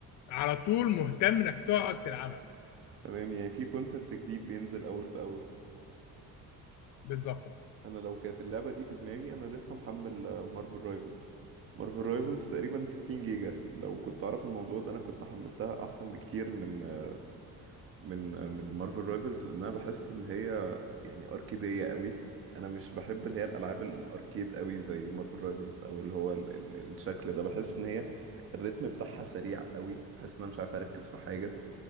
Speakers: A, on the left; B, on the right.
A: على طول مهتم إنك تقعد تلعبها
B: تمام يعني في كونتنت جديد بينزل اول باول
A: بالظبط أه.
B: انا لو كانت اللعبه دي في دماغي انا لسه محمل مارفل رايفلز مارفل رايفلز تقريبا 60 جيجا لو كنت اعرف الموضوع ده انا كنت حملتها احسن بكتير من آه، من آه، من مارفل رايفلز ان انا بحس ان هي يعني اركيديه قوي انا مش بحب اللي هي الالعاب الاركيد قوي زي مارفل رايفلز او اللي هو ال ال الشكل ده بحس ان هي الريتم بتاعها سريع قوي بحس ان انا مش عارف اركز في حاجه